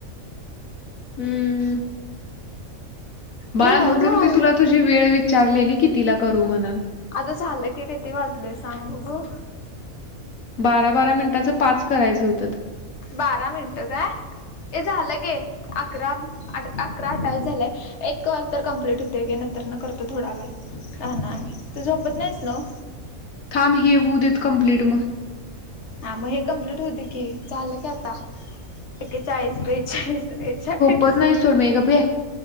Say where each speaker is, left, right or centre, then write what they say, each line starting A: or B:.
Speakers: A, on the left (about 70°); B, on the left (about 55°).
A: हम्! बाळ
B: राहू
A: म्हणून
B: दे मला
A: मी तुला तुझी वेळ विचारलेली, कितिला करू म्हणून.
B: आता झालं की, किती वाजलंय सांग बघू?
A: बारा-बारा मिनिटाचं पाच करायचं होतं.
B: बारा मिनटं काय, ये झालं गे अकरा अकरा अठावीस झालंय. एक कॉल तर कम्प्लीट होतोय घे, नंतर न करतो, थोडा वेळ राहणं आणि, तू झोपत नाहीस नव?
A: थांब हे होऊ देत कंम्प्लीट मग.
B: हा, मग हे कम्प्लीट होऊ कि झालं की आता, एकेचाळीस, बेचाळीस, त्रेचाळीस
A: होत नाही सोड मे, गप्पे.